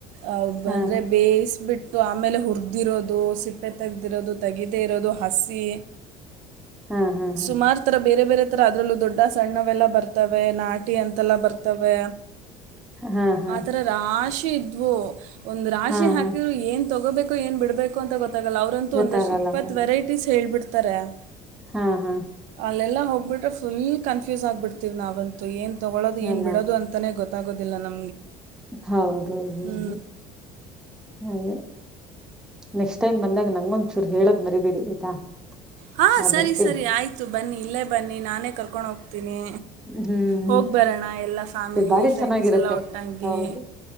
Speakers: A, on the right; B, in the centre.
A: ಅ
B: ಹಾ
A: ಅಂದ್ರೆ ಬೇಯಿಸಬಿಟ್ಟ ಆಮೇಲೆ ಹುರಿದಿರೋದು ಸಿಪ್ಪೆ ತೆೆಗೆದಿರೋದು ತೆಗದೇ ಇರೋದು ಹಸಿ
B: ಹಾ ಹಾ ಹಾ
A: ಸುಮಾರು ಥರ ಬೇರೆ ಬೇರೆ ತರ ಅದಲ್ಲೂ ದೊಡ್ಡ ಸಣ್ಣವೆಲ್ಲ ಬತ್ತೆ ರ್ತವೆ ನಾಟಿ ಅಂತೆಲ್ಲ ಬರ್ತವೆ
B: ಹಾ ಹಾ ಹಾ
A: ಆಥರ ರಾಶಿ ಇದ್ವು ಒಂದ್ ರಾಶಿ
B: ಹಾ
A: ಹಾಕಿರರು
B: ಹಾ
A: ಏನ್ ತೊಗೋಬೇಕು <unintelligible> ಏನ್ ಬಿಡ್ಬೇಕು ಅಂತ ಗೊ ಲ್ಲ ಅವ್ರಂತೂ
B: ಗೊತ್ತಾಗಲ್ಲ
A: ಒಂದಷ್ಟ ಇಪ್ಪತ್ತು
B: ಹೌದು
A: ವೆರೈಟೀಸ್ ಹೇಳ್ಬಿಡ್ತಾರೆ. ತ್ತರ
B: ಹಾ ಹಾ
A: ಅಲ್ಲ ಹೋಗಬಿ್ರೆ ುಲ್ ಕನ್ಫ್ಯೂಸ್ ಆಗ್ಬಿಟ್ಟೆ ನಾವಂತೂ ಏ ತೊಳ್ಳೋದು ಏಡೋ
B: ಅಲ್ಲ
A: ಅ ಗೊತ್ತಾಗೋದಿಲ್ಲ ನ
B: ಹೌದೌದೌದು
A: ಹ
B: ಹಾಗೆ ನೆಕ್ಸ್ಟ್ ಟೈಮ್ ಬಂದಾಗ ನಂಗೊಂದ್ ಚೂರು ಹೇಳದ್ ಮರಿಬೇಡಿ ಆಯ್ತಾ
A: ಹಾ
B: ನಾ
A: ಸರಿ
B: ಬರ್ತೀನಿ
A: ಸರಿ ಆಯ್ತು ಬನ್ನಿ ಇಲ್ಲೇ ಬನ್ನಿ ನೀ ನಾನೇ ಕರ್ಕೊಂಡು ಹೋಗ್ತೀನಿ
B: ಹ್ಮ್ ಹ್ಮ್
A: ಹೋಗಿ ಬರೋಣ ಎಲ್ಲ ಫ್ಯಾಮಿಲಿ
B: ಮತ್ತೆ ಬಾರಿ
A: ಫ್ರೆಂಡ್ಸ
B: ಚೆನ್ನಾಗಿರುತ್ತೆ
A: ಎಲ್ಲ ಒಟ್ಟಾಗಿ
B: ಹೌದು